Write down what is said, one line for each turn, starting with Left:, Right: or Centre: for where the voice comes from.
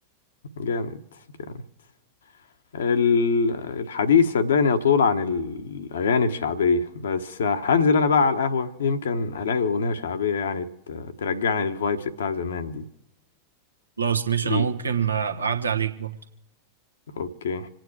Left: جامد جامد ال- الحديث صدقني يطول عن الاغاني الشعبيه بس هنزل انا بقى على القهوه يمكن الاقي اغنيه شعبيه يعني ت- ترجعني للفايبس بتاع زمان دي
Right: خلاص ماشي
Left: بيه
Right: انا ممكن آه، ابقى اعدي عليك برضه
Left: اوكي